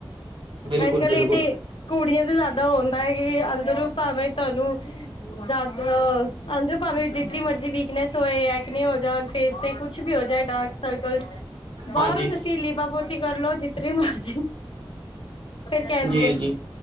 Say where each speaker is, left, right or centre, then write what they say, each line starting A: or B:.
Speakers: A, on the right; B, on the left.
A: ਬਿਲਕੁਲ
B: ਅੱਜ-ਕੱਲ
A: ਬਿਲਕੁਲ
B: ਏ ਤੇ ਕੁੜੀਆਂ ਤੇ ਜਾਦਾ ਦਾ ਹੁੰਦਾ ਏ ਕੇ ਅੰਦਰੋਂ ਭਾਵੇਂ ਤੁਆਨੂੰ ਯਾਦਵ ਅੰਦਰੋਂ ਭਾਵੇਂ ਜਿਤਨੀ ਮਰਜ਼ੀ ਵੀਕਨੈਸ ਹੋਏ, ਐਕਨੇ ਹੋ ਜਾਨ ਫੇਸ ਤੇ ਕੁਛ ਵੀ ਹੋ ਜਾਏ ਡਾਰਕ ਸਰਕਲ, ਬਾਰੋਂ
A: ਹਾਂਜੀ
B: ਤੇ ਅਸੀਂ ਲੀਪਾ ਪੋ ਚੀ ਕਰਲੋ ਜਿਤਨੀ ਮਰਜ਼ੀ ਕਹਿੰਦੀ
A: ਜੀ-ਜੀ,
B: ਹੈ